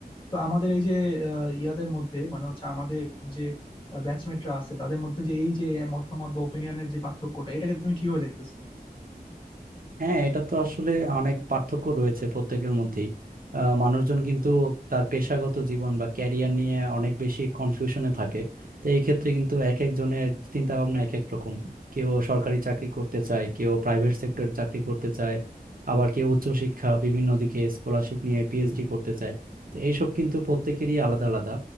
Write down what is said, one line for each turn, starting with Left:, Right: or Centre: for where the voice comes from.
Left: তো আমাদের এই যে আহ, ইয়াদের মধ্যে মানে হচ্ছে আমাদের যে ব্যাচমেটরা আছে তাদের মধ্যে যে এই যে মতামত বা ওপিনিয়নের যে পার্থক্যটা এটাকে তুমি কিভাবে দেখতেছো
Right: হ্যাঁ এটা তো আসলে অনেক পার্থক্য রয়েছে প্রত্যেকের মধ্যেই আহ, মানুষজন কিন্তু তার পেশাগত জীবন বা ক্যারিয়ার নিয়ে অনেক বেশি কনফিউশনে থাকে তো এই ক্ষেত্রে কিন্তু এক একজনের চিন্তা ভাবনা এক এক রকম কেউ সরকারি চাকরি করতে চায় কেউ প্রাইভেট সেক্টরে চাকরি করতে চায় আবার কেউ উচ্চশিক্ষা বিভিন্ন দিকে স্কলারশিপ নিয়ে পিএইচডি করতে চায় তো এইসব কিন্তু প্রত্যেকেরই আলাদা আলাদা